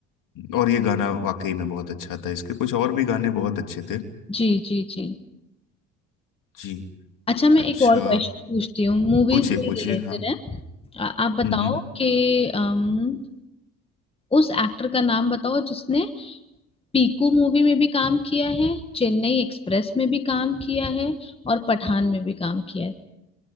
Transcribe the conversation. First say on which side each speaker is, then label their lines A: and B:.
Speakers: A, on the left; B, on the left.
A: और ये गाना वाकई में बहुत अच्छा था इसके कुछ और भी गाने बहुत अच्छे थे
B: जी जी जी
A: जी
B: अच्छा मैं
A: अच्छा
B: एक और क्वेश्चन पूछती हूँ मूवी
A: पूछिए
B: से
A: पूछिए
B: रिलेटेड
A: हाँ
B: है आ- आप बताओ
A: हम्म
B: कि अम, उस एक्टर का नाम बताओ जिसने पीकू मूवी में भी काम किया है चेन्नई एक्सप्रेस में भी काम किया है और पठान में भी काम किया है